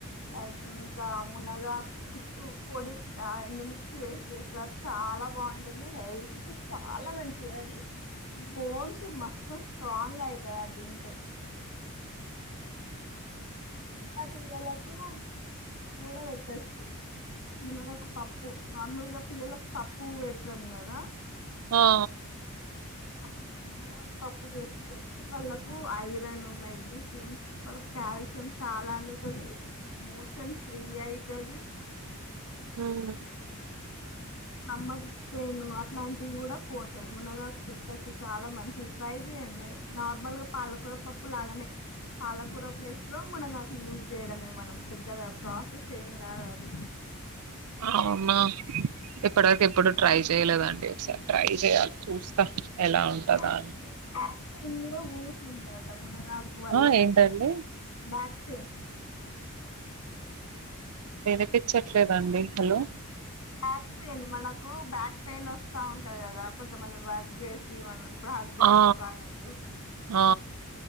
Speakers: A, on the left (about 65°); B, on the right (about 80°).
A: లైక్ ఇంకా మునగా కు పొడి ఆ ఎండుమిర్చి వేసి చేస్తారు చాలా బాగుంటుంది హెల్త్ కి చాలా మంచిది అది బోన్స్ మ స్ట్రాంగ్ అయితాయి అది తింటే చిన్న పిల్లలకు మూడ పెట్టచ్చు మున్నగా ఒక పప్పు నార్మల్గా పిల్లలకు పప్పు పెడతాం కదా
B: ఆ ఆ!
A: అప్పుడు మునగాకు పప్పు చేసి పెడితే వాళ్ళకు ఐరన్ మెగ్నీషియం వాళ్ళకు కాల్షియం చాలా అందుతది మోషన్ ఫ్రీ అయితది
B: ఉమ్
A: అమ్మక్ పెను అట్లాంటివి కూడా పోతాయి మునగాక పెట్టచ్చు చాలా మంచిది ట్రై చేయడి నార్మల్ గా పాలకూర పప్పు లాగానే పాలకూర ప్లేస్ లో మునగాక యూజ్ చేయడమే మనం పెద్దగా ప్రాసెస్ ఏం కాదు అది
B: అవునా ఎప్పుడుతే ఎప్పుడు ట్రై చే తేలేదండి ఒకసారి ట్రై చేయాలి చూస్తా ఎలా ఉంటదా
A: బ్యాక్
B: అని
A: పెయిన్ బ్యాక్ నేను కూడా <unintelligible> మునగాకు వల్ల
B: ఆ ఏంటండి
A: బాస్ సేమ్
B: వినిపించట్లేదండి హలో
A: బ్యాక్ పెయిన్ మనకు బ్యాక్ పెయిన్ వస్తా ఉంటది కదా కొంతమంది వాక్ చేసి మన హస్బెండ్
B: ఆ
A: వాళ్ళకు
B: ఆ